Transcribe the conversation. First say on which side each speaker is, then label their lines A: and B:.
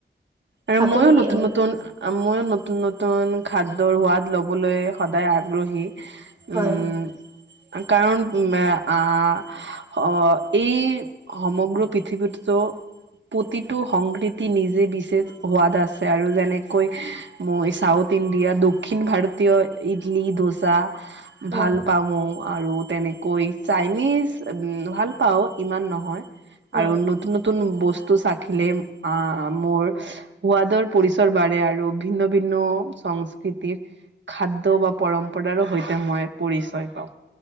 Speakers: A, on the right (about 70°); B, on the right (about 30°).
A: আৰু
B: আপুনি
A: মইও নতুন
B: আহ
A: নতুন- মইয়ো নতুন নতুন খাদ্যৰ সোৱাদ ল'বলৈ সদায় আগ্ৰহী।
B: হয়
A: উমঁ' কাৰণ আহ'- অ এই সমগ্ৰ পৃথিৱীততো প্ৰতিটো সংক্ৰীতি নিজে বিশেষ সোৱাদ আছে আৰু যেনেকৈ মই চাউথ ইণ্ডিয়া, দক্ষিণ ভাৰতীয় ইডলি, দোচা
B: হয়
A: ভাল পাব। আৰু তেনেকৈ চাইনিজ উম ভাল পাওঁ ইমান নহয়।
B: হয়
A: আৰু নতুন নতুন বস্তু চাখিলে আহ মোৰ সোৱাদৰ পৰিচৰ বাঢ়ে আৰু ভিন্ন ভিন্ন সংস্কৃতিৰ খাদ্য বা পৰম্পৰাৰো সৈতে মই পৰিচয় পাওঁ।